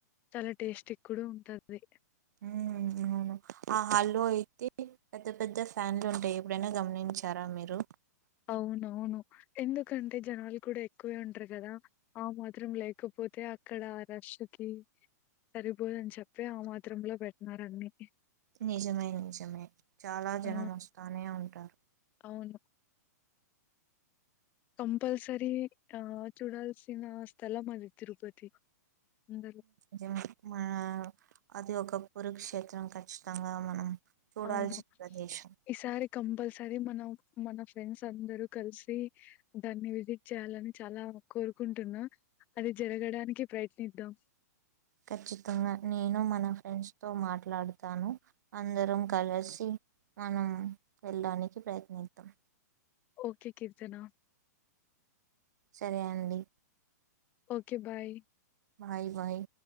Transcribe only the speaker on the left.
చాలా టేస్ట్ కూడా ఉంటది
అవునవును ఎందుకంటే జనాలు కూడా ఎక్కువే ఉంటారు కదా ఆ మాత్రం లేకపోతే అక్కడ రష్కి సరిపోదని చెప్పి ఆ మాత్ర లో పెట్నార అన్ని
ఆ!
అవును. కంపల్సరి ఆ చూడాల్సిన స్థలం అది తిరుపతి అందరూ.
అవును
ఈసారి కంపల్స సరీ మనం మన ఫ్రెండ్స్ అందరూ కలిసి దాన్ని విజిట్ చేయాలని చాలా కోరుకుంటున్నా అది జరగడానికి ప్రయత్నిద్దాం
ఓకే కీర్తనా
ఓకే బాయ్